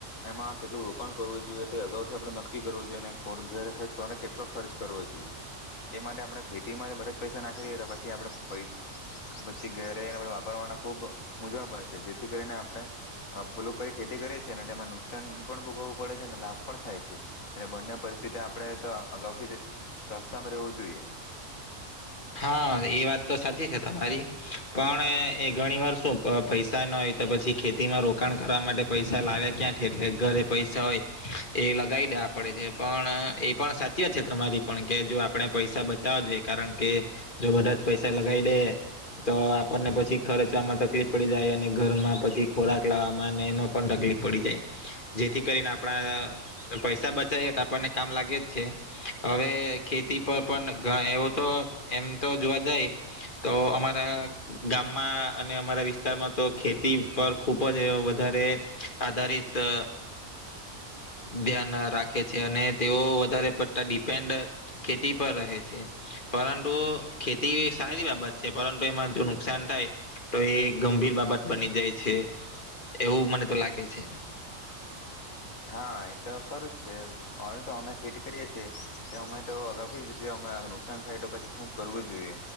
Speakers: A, on the left (about 75°); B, on the left (about 40°).
A: એમાં કેટલું રોકાણ કરવું જોઈએ તે અગાઉથી આપણે નક્કી કરવું જોઈએ ઘેરે ખર્ચ કરવા કેટલો ખર્ચ કરવો જોઈએ એ માટે આપણે ખેતીમાં બધે જ પૈસા નાખી દ તો પછી આપણે પૈસ પછી ઘેરે રહીને વાપરવાના ખૂબ મૂંઝવણ પે છે જેથી કરીને આપણે લોકો કઈ ખેતી કરીએ છીએ અને તેમાં નુકસાન પણ ભોગવવું પડે છે અને લાભ પણ થાય છે એટલે બંને પરિસ્થિતિ આપણે તો અગાઉથી જ સક્ષમ રહેવું જોઈએ
B: હા એ વાત તો સાચી છે તમારી પણ એ ઘણી વાર શું પૈસા ના હોય તો પછી ખેતીમાં રોકાણ કરવા માટે પૈસા લાવ્યા ક્યાંથી એટલે ઘરે પૈસા હોય એ લગાવી દે પડે છે પણ એ પણ સાચી વાત છે તમારી પણ કે જો આપણે પૈસા બચાવવા જોઈએ કારણ કે જો બધા જ પૈસા લગાવી દે તો આપણને પછી ખર્ચવામાં તકલીફ પડી જાય અને ઘરમાં પછી ખોરાક લાવવામાં અને એમાં પણ તકલીફ પડી જાય જેથી કરીને આપણા પૈસા બચાવએ તો આપણને કામ લાગે જ છે હવે ખેતી પર પણ એવો તો એમ તો જોવા જાય તો અમારા ગામમાં અને અમારા વિસ્તારમાં તો ખેતી પર ખૂબ જ વધારે આધારિત અ ધ્યાન રાખે છે અને તેઓ વધારે પડતા ડિપેન્ડ ખેતી પર રહે છે પરંતુ તો ખેતી સારી બાબત છે પરંતુ એમાં જો નુકસાન થાય તો એ ગંભીર બાબત બની જાય છે એવું મને તો લાગે છે
A: હા એ તો ખરું જ છે અવે તો અમે ખેતી કરીએ છેીએ તો અમે તો અગાઉથી જ નુકસાન થાય તો પછી શું કરવું જોઈએ